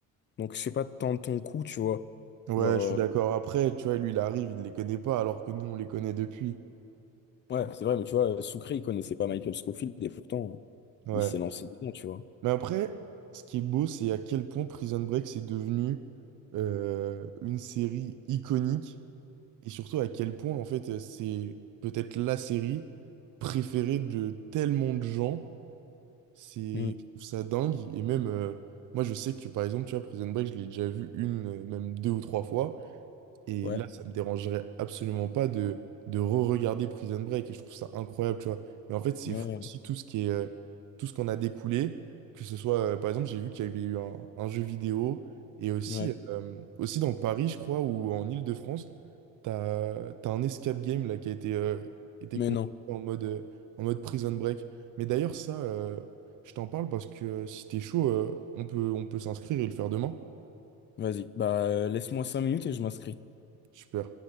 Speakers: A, on the left; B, on the right.
A: Donc, je sais pas tant de ton coup, tu vois.
B: Ouais,
A: Genre, euh,
B: je suis Euh, d'accord. Après, tu vois, lui, il arrive, il ne les connaît pas, alors que nous, on les connaît depuis.
A: ouais, c'est vrai, mais tu vois, Sucré, il connaissait pas Michael Scofield et pourtant,
B: Ouais.
A: il s'est lancé dedans, tu vois.
B: Mais après, ce qui est beau, c'est à quel point Prison Break, c'est devenu euh, une série iconique, et surtout à quel point, en fait, euh, c'est peut-être la série préférée de tellement de gens. C'est,
A: Mm.
B: je trouve ça dingue. Et même, euh, moi, je sais que, par exemple, tu vois, Prison Break, je l'ai déjà vu une, euh, même deux ou trois fois. Et
A: Ouais,
B: là, ça me dérangerait absolument pas de, de re-regarder Prison Break et je trouve ça incroyable, tu vois. Mais en fait, c'est
A: ouais,
B: fou aussi tout ce qui est, euh, tout ce qu'on a découlé, que ce soit, euh, par exemple, j'ai vu qu'il y avait eu un, un jeu vidéo et aussi,
A: ouais.
B: euh, aussi dans Paris, je crois, ou en Île-de-France, t'as, t'as un escape game là qui a été, euh, été
A: Mais
B: construit
A: non,
B: en mode, euh, en mode Prison Break. Mais d'ailleurs, ça, euh, je t'en parle parce que euh, si t'es chaud, euh, on peut, on peut s'inscrire et le faire demain.
A: vas-y, bah, euh, laisse-moi cinq minutes et je m'inscris.
B: Super.